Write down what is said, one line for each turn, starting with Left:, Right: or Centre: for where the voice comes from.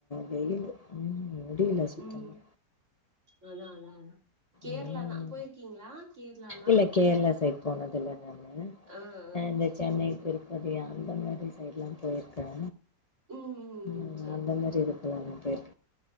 Left: வெயிலு ம் முடில சுத்தமா
Right: ம் அதா அதா அதா கேரளாதா
Left: ம்
Right: போயிருக்கிங்ளா கேரளாலா
Left: இல்ல கேரளா சைடு போனதில்ல நானு
Right: ஆ ஆ
Left: அ இந்த
Right: சேரி
Left: சென்னை
Right: சேரி சேரி
Left: திருப்பதி அந்த மாரி சைடலா போயிருக்க
Right: ம்
Left: ம்
Right: சேரி
Left: அந்த
Right: சேரி
Left: மாரி இருக்குறாங்க பேர்